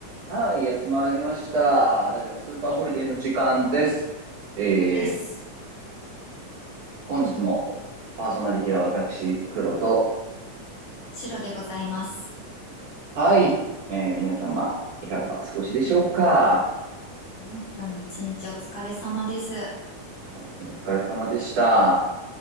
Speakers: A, on the right; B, on the left.
A: はい、やってまいりました。ラジオスーパーホリデーの時間です。
B: はい、
A: えー、
B: です。
A: 本日もパーソナリティは私、黒と、
B: 白でございます。
A: はい、えー、皆様、いかがお過ごしでしょうか
B: うん、今日も一日お疲れ様です。本
A: 本当にお疲れ様でした。